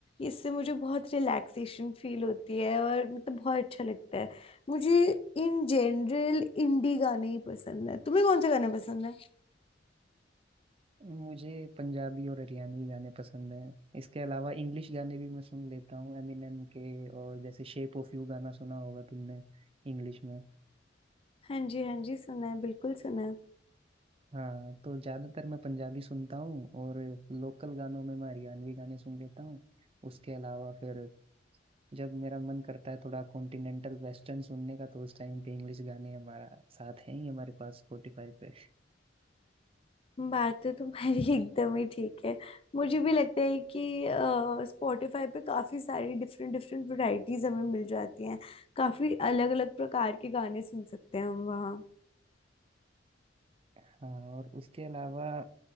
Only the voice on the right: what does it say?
मुझे पंजाबी और हरियाणवी गाने पसंद हैं इसके अलावा इंग्लिश गाने भी मैं सुन लेता हूँ एमिनेम के और जैसे शेप ऑफ यू गाना सुना होगा तुमने इंग्लिश में
हाँ तो ज़्यादातर मैं पंजाबी सुनता हूँ और लोकल गानों में मैं हरियाणवी गाने सुन लेता हूँ उसके अलावा फिर जब मेरा मन करता है थोड़ा कॉन्टिनेंटल वेस्टर्न सुनने का तो उस टाइम पे इंग्लिश गाने हमारा साथ हैं ही हमारे पास स्पॉटिफाई पे
हाँ और उसके अलावा